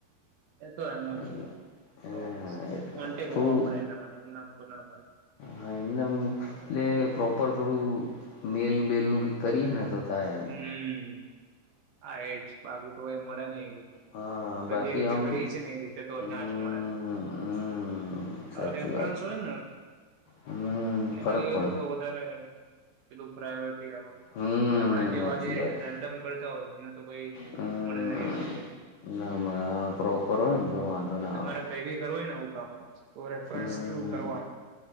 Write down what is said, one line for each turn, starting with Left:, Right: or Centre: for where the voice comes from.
Right: એ તો એમ
Left: એટલે
Right: જોય
Left: હા
Right: તો કોન્ટેક હોવા
Left: થોડું
Right: પડે એના મ એમ નામ તો ના બને
Left: હ એમદમ એટલે પ્રોપર થોડું મેલ બેલ નું કઈ કરી હે ને તો થાય એમ
Right: હમ એ જ બાકી તો કઈ મળે ને એ રીતે
Left: હા
Right: આપણે
Left: બાકી
Right: જે રીતે
Left: આમ
Right: કરીએ છીએ ને એ રીતે તો
Left: હમ
Right: ના જ મળે
Left: હમ સાચી
Right: રેફરન્સ
Left: વાત છે
Right: હોય ને
Left: હમ
Right: એના
Left: ફરક પડે
Right: એ લોકો વધારે એલું પ્રાઈવેટ તે
Left: હમ
Right: આવ કે આપડા જે
Left: સાચી
Right: આજે
Left: વાત
Right: રેન્ડમ
Left: છે.
Right: કરતા હોય એને તો કોઈ
Left: હમ
Right: મળે નહી
Left: ના મળે પ્રોપર હોય ને તો વાંધો ના
Right: તમારે
Left: આવે
Right: કઈ બી કરવુંય ને આવું કામ તો તો રેફરન્સ
Left: હમ
Right: થ્રુ કરવાનું